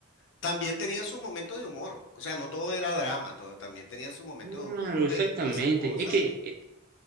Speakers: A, on the left; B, on the right.
A: También tenía sus momentos de humor, o sea, no todo era drama, todo también tenía sus momentos
B: claro,
A: de humor
B: exactamente.
A: y todas esas cosas,
B: Es que
A: y,
B: eh,